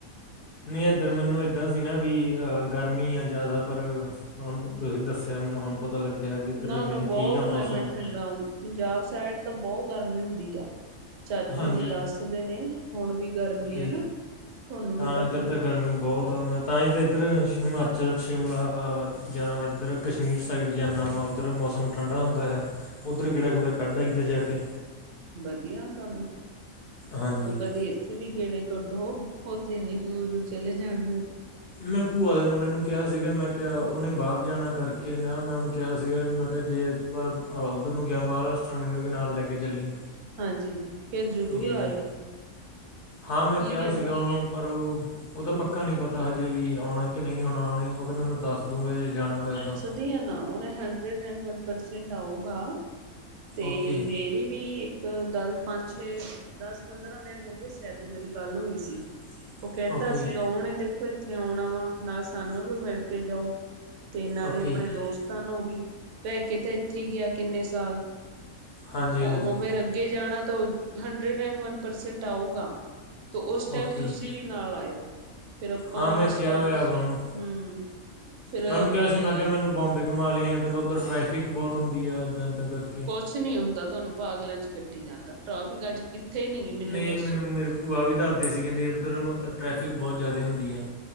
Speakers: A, on the left; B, on the right.
A: ਨਈ ਏਧਰ ਮੈਨੂੰ ਏਦਾਂ ਸੀ ਨਾ ਵੀ ਅ ਗਰਮੀ ਆ ਜਾਦਾ ਪਰ ਹੁਣ <unintelligible> ਤੁਸੀਂ ਦੱਸ ਆ ਮੈਨੂੰ ਹੁਣ ਪਤਾ ਲੱਗਿਆ ਵੀ ਇੱਧਰ
B: ਨਾ
A: ਨਈ
B: ਨਾ ਬਹੁਤ
A: ਠੀਕ ਆ
B: ਕਲਾਈਮੇਟ
A: ਮੌਸਮ।
B: ਠੰਡਾ ਪੰਜਾਬ ਸਾਈਡ ਤਾਂ ਬੋ ਗਰਮੀ ਹੁੰਦੀ ਆ। ਚਾਚੂ
A: ਹਾਂਜੀ
B: ਉਣੀ ਦੱਸਦੇ ਨੇ ਹੁਣ ਵੀ ਗਰਮੀ
A: ਓਕੇ
B: ਆ ਨਾ ਤੁਆਨੂੰ ਵੀ
A: ਹਾਂ
B: ਪਤਾ
A: ਇੱਧਰ
B: ਐ।
A: ਤਾਂ ਗਰਮੀ ਬੋਤ ਮੈਂ ਤਾਂਈ ਤਾਂ ਇੱਧਰ ਹਿਮਾਚਲ, ਸ਼ਿਮਲਾ ਜਾਂ ਇੱਧਰ ਕਸ਼ਮੀਰ ਸਾਈਡ ਜਾਂਨਾ ਵਾ ਉੱਧਰ ਮੌਸਮ ਮੌਸਮ ਠੰਡਾ ਹੁੰਦਾ ਆ ਓਧਰ ਗੇੜਾ ਗੁੜਾ ਕੱਢ ਆਈਦਾ ਜਾ ਕੇ।
B: ਵਧੀਆ ਤੁਆਨੁ
A: ਹਾਂਜੀ
B: ਪਰ <unintelligible> ਕਦੀ ਏਥੇ ਵੀ ਗੇੜੇ ਕੱਢੋ ਓਥੇ ਏਨੀ ਦੂਰ-ਦੂਰ ਚਲੇ ਜਾਂਨੇ ਓ।
A: ਮੈਂ ਭੂਆ ਦੇ ਮੁੰਡੇ ਨੂੰ ਕਿਆ ਸੀਗਾ ਮੈਂ ਕਿਆ
B: ਹੋ।
A: ਓਨੇ ਬਾਰ ਜਾਣਾ ਕਰ ਕੇ ਕੇ ਨਾ ਮੈਂ ਓਨੂੰ ਕਿਆ ਸੀਗਾ ਵੀ ਮੈਂ ਕਿਆ ਜੇ ਪਰ ਓਧਰ ਨੂੰ ਗਿਆ ਮਹਾਰਾਸ਼ਟਰ ਮੈਨੂੰ ਵੀ ਨਾਲ ਲੈ ਕੇ ਚੱਲੀ।
B: ਹਾਂਜੀ ਫੇਰ ਜ਼ਰੂਰ
A: ਅਤੇ
B: ਆਇਓ।
A: ਹਾਂ ਮੈਂ
B: ਕੀ
A: ਕਿਆ
B: ਕਹਿੰਦਾ
A: ਸੀਗਾ ਓਨੂੰ ਪਰ ਓ ਓਦਾ
B: ਹੂੰ।
A: ਪੱਕਾ ਨੀ ਪਤਾ ਹਜੇ ਵੀ ਆਓਣਾ ਕਿ ਨਈ ਆਓਣਾ ਓਨੇ। ਕੋਈ ਨਾ ਮੈਂ ਦੱਸ ਦੂਗਾ ਜੇ ਜਾਣਾ ਹੋਇਆ ਤਾਂ।
B: ਤੇ ਯਾਂ ਨਾ ਓਨੇ ਹੰਡਰਡ ਐਨ ਵਨ ਪਰਸੈਂਟ ਆਊਗਾ ਤੇ
A: ਓਕੇ
B: ਮੇ ਰੀ ਵੀ ਇੱਕ ਦਸ, ਪੰਜ, ਛੇ ਦਸ, ਪੰਦਰਾਂ ਦਿਨ ਹੋਗੇ ਸ਼ੈਦ ਓ ਮੇਰੀ ਗੱਲ ਹੋਈ ਸੀ।
A: <inaudible>
B: ਓ ਕੇਂਦਾ
A: ਓਕੇ
B: ਸੀਗਾ ਓਣੇ ਦੇਖੋ ਏਥੇ ਆਓਣਾ ਵਾ ਨਾਲ ਸਾਨੂੰ ਵੀ ਮਿਲ ਕੇ ਜਾਊ। ਤੇ ਨਾਲੇ
A: ਓਕੇ
B: ਆਪਣੇ ਦੋਸ ਤਾਂ ਨੂੰ ਵੀ ਭੈ ਕੇ ਤਾਂ ਇੱਥੇ ਈ ਗਿਆ ਕਿੰਨੇ ਸਾਲ
A: ਹਾਂਜੀ ਹਾਂਜੀ
B: ਓਹ ਫੇਰ ਅੱਗੇ ਜਾਣਾ ਤਾਂ ਹੰਡਰਡ ਐਂਨ ਵਨ ਪਰਸੈਂਟ ਆਊਗਾ ਤੋ ਓਸ ਟੈਮ
A: ਓਕੇ
B: ਤੁਸੀਂ
A: ਉਸ
B: ਵੀ ਨਾਲ ਆਇਓ। ਫੇਰ ਆਪਾਂ
A: ਹਾਂ ਮੈਂ
B: ਸ਼ੈਦ
A: ਕਿਹਾ ਹੋਇਆ ਵਾ ਉਹਨੂੰ
B: ਹੂੰ। ਫਿਰ
A: ਮੈਂ ਉਂਨੂੰ ਕਿਆ ਸੀ ਮੈਂ ਕਿਆ ਮੈਨੂੰ ਬੋਂਬੇ ਘਮਾ ਲਿਆਈ ਓ ਕੇਂਦਾ ਉੱਧਰ ਟਰੈਫਿਕ ਬੋਤ ਹੁੰਦੀ ਆ ਇੱਦਾਂ-ਇੱਦਾ ਕਰਕੇ।
B: ਕੁੱਛ ਨੀ ਹੁੰਦਾ ਤੁਆਨੂੰ ਪਾਗਲਾਂ ਚ ਕੱਢੀ ਜਾਂਦਾ ਟ੍ਰੈਫਿਕ ਅੱਜ ਕਿੱਥੇ ਨੀ ਗੀ ਮੈਨੂੰ
A: ਨਹੀਂ
B: ਦੱਸੋ
A: ਮੇਰੀ ਭੂਆ ਵੀ ਦੱਹਦੀ ਸੀ ਕੈਂਦੀ ਉੱਧਰ ਟਰੈਫਿਕ ਬੋਤ ਜਾਦੇ ਹੁੰਦੀ ਆ।